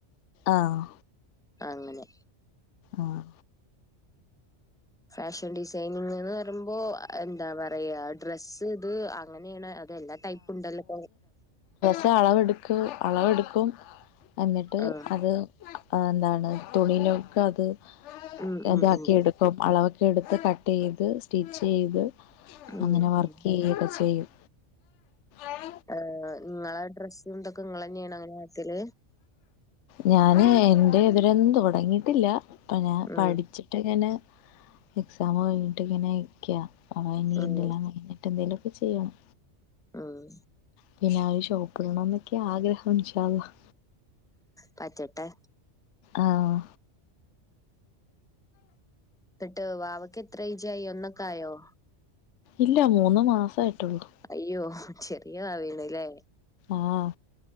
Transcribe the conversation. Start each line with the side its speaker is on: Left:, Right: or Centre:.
Left: ആഹ്
Centre: അങ്ങനെ
Left: ആഹ്
Centre: ഫാഷൻ ഡിസൈനിങ് എന്ന് പറയുമ്പോ എന്താ പറയാ ഡ്രസ്സ് ഇത് അങ്ങനെയാണ് അത് എല്ലാ ടൈപ്പ ഉണ്ടല്ലോ
Left: അ അളവെടുക്കും അളവെടുക്കും എന്നിട്ട്
Centre: ആഹ്
Left: അത് അഹ എന്താണ് തുണിലൊക്ക് അത്
Centre: ഉം ഉം
Left: ഇതാക്കി
Centre: ഉം
Left: എടുക്കും ഇപ്പം അളവൊക്കെ എടുത്ത് കട്ട് ചെയ്ത് സ്റ്റിച്ച് ചെയ്ത്
Centre: ഉം
Left: അങ്ങനെ വർക്ക്
Centre: ഉം
Left: ചെയ്യൊക്കെ ചെയ്യും ആഹ്
Centre: ആഹ നിങ്ങളെ ഡ്രസ്സണ്ടൊക്കെ നിങ്ങെ തന്നെയാണ് അങ്ങനെ ആക്കല്
Left: ഞാന് എന്റെ ഇതിലൊന്നും തുടങ്ങിയിട്ടില്ല ഇപ്പൊ ഞാൻ
Centre: ഉം
Left: പഠിച്ചിട്ട് ഇങ്ങനെ എക്സാം കഴിഞ്ഞിട്ട് ഇങ്ങനെ ഇരിക്ക അ ഇനി
Centre: ഉം
Left: ഇന്തെല്ലാം എന്തെങ്കിലുമൊക്കെ ചെയ്യണം
Centre: ആഹ്
Left: പിന്നെ ഒര് ഷോപ്പിടണം എന്നൊക്കെയ ആഗ്രഹം ഇൻഷാല്ലാഹ്
Centre: പറ്റട്ടെ
Left: ആഹ്
Centre: ത്ത്ട്ട് വാവെക്ക് എത്ര എയ്ജായി ഒന്നൊക്കെ ആയോ?
Left: ഇല്ല മൂന്ന് മാസം ആയിട്ടൊള്ളു
Centre: അയ്യോ ചെറിയ വാവയാണ് ലെ
Left: ആഹ്